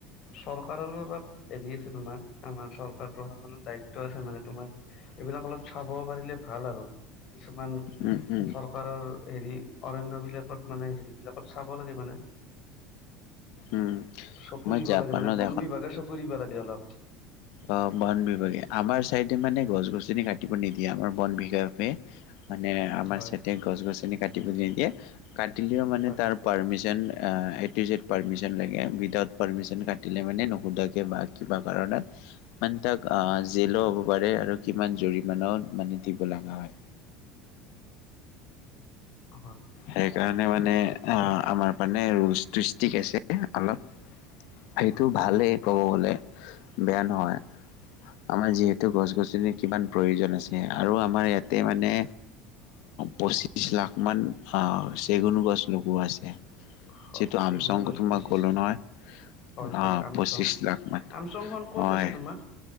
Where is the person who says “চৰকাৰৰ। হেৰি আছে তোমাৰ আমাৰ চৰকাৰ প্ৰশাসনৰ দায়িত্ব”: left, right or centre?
Left